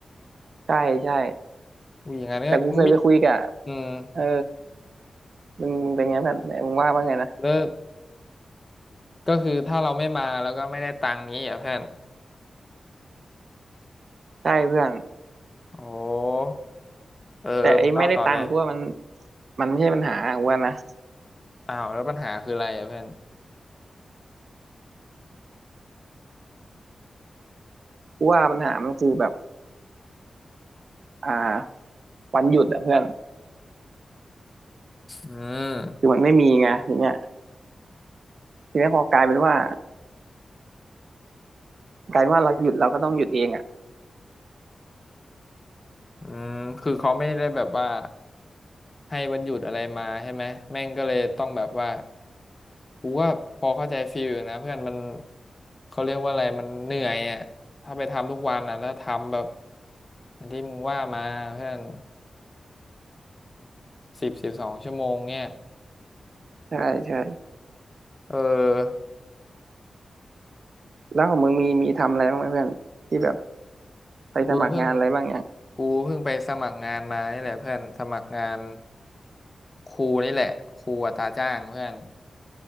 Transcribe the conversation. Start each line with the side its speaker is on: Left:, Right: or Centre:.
Right: ใช่ใช่
Left: อุ้ยอย่างนั้นก็มิ
Right: แต่กูเคยไปคุยกับ
Left: อืม
Right: เออมึงเป็นไงเพื่อนมึงว่าบ่าไงนะ
Left: แล้วก็คือถ้าเราไม่มาแล้วก็ไม่ได้ตังค์งี้เหรอ่ะเพื่อน
Right: ใช่เพื่อน
Left: โอ้เออเออมึงเล่าต่อเลย
Right: แต่ไอ้ไม่ได้ตังค์กูว่ามันมันไม่ใช่ปัญหากูว่านะ
Left: อ้าวแล้วปัญหาคืออะไรอ่ะเพื่อน
Right: กูว่าปัญหามันคือแบบอ่าวันหยุดอะเพื่อน
Left: อืม
Right: คือมันไม่มีไงทยเนี้ยทีเนี้ยพอกลายเป็นว่ากลายเป็นว่าเราหยุดเราก็ต้องหยุดเองอะ
Left: อืมคือเขาไม่ได้แบบว่าให้วันหยุดอะไรมาใช่ไหมแม่งก็เลยต้องแบบว่า กูก็พอเข้าใจฟีลอยู่นะเพื่อนมันเขาเรียกว่าอะไรมันเหนื่อยอ่ะถ้าไปทำทุกวันอ่ะแล้วทำแบบอย่างที่มึงว่ามาเพื่อนสิบสิบสองชั่วโมงเนี่ย
Right: ใช่ใช่
Left: เออ
Right: แล้วของมึงมีมีทำอะไรบ้างไหมเพื่อนที่แบบไปสมัครงานอะไรบ้างอย่าง
Left: กูเพิ่งกูเพิ่งไปสมัครงานมานี่แหละเพื่อนสมัครงานครูนี่แหละครูอัตราจ้างเพื่อน